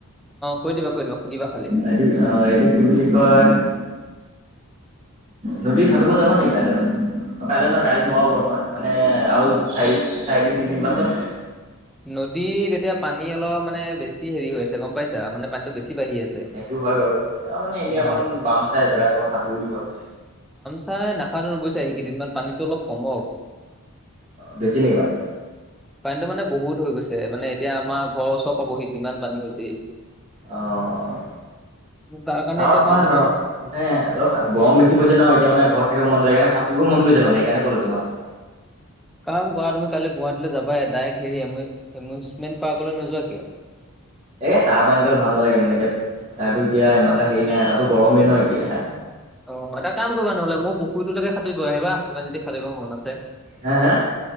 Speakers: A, in the centre; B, on the right (about 30°).
A: কৈ দিবা কৈ দিবা সুধিবা খালি।
B: আৰু অ এইটো কি বুলি কয় নদীত সাঁতুৰিব যাবা নেকি কাইলৈ মানে কাইলৈ নহয় কাইলৈ নোৱাৰোঁ
A: ন-
B: বাৰু মই মানে আৰু চাৰি চাৰিদিন তিনিদিন পাছত
A: নদীত এতিয়া পানী অলপ মানে বেছি হেৰি হৈ আছে গম পাইছা মানে পানীটো বেছি বাঢ়ি আছে।
B: সেইটো হয় বাৰু তেওঁ মানে এনেই
A: অ'
B: অকণ বাম চাই জেগাত অকণ সাঁতুৰিলো হয়।
A: প্ৰায় নাসাতুৰো বুজিছা এই কেইদিনত পানীটো অলপ কমক
B: বেছি নেকি পানী
A: পানীটো মানে বহুত হৈ গৈছে মানে এতিয়া আমাৰ ঘৰৰ ওচৰত পাবহি ইমান পানী হৈছেহি
B: অহঁ
A: তাৰ কাৰণে
B: তৰ
A: এতিয়া
B: হয়
A: পানীটো
B: ন
A: কম
B: মানে অলপ গৰম বেছি পৰিছে ন এতিয়া মানে ঘৰত থাকিব মন‌ নাযায় সাতুৰিব মন গৈছে মানে সেইকাৰণে ক'লো তোমাক
A: কাম কৰা তুমি কালি গুৱাহাটীলৈ যাবা ডাইৰেক্ট হেৰি এমিউজমেণ্ট পাৰ্কলৈ নোযোৱা কিয় <unintelligible>
B: এ তাৰ পৰা এনেকাল ভাল নালাগে মানে এতিয়া তাৰতো এতিয়া ইমানটা হেৰি নাই তাতো গৰমেই ন এতিয়া
A: অ এটা কাম কৰিবা নহলে মোক পুখুৰীটোলৈকে সাতুৰি গৈ আহিব ইমান যদি সাতুৰি মন আছে
B: হে হে